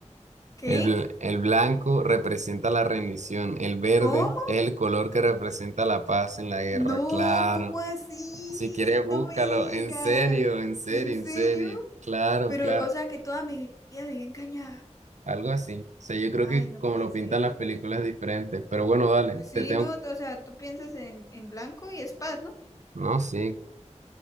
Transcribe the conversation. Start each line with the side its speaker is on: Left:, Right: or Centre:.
Left: ¿Qué?
Right: El, bl- el blanco representa la rendición, el verde
Left: ¿Cómo?
Right: es el color que representa la paz en la guerra,
Left: No,
Right: claro.
Left: ¿cómo así?
Right: Si quieres, búscalo,
Left: No me digas.
Right: en serio, en serio,
Left: ¿En serio?
Right: en serio, claro,
Left: Pero,
Right: claro,
Left: o sea, que toda mi vida viví engañada.
Right: algo así. O sea, yo creo
Left: Ay,
Right: que
Left: no
Right: como
Left: puede
Right: lo
Left: ser.
Right: pintan las películas es diferente, pero bueno, dale,
Left: Pues sí,
Right: te tengo,
Left: no, o sea, tú piensas en, en blanco y es paz, ¿no?
Right: no, sí.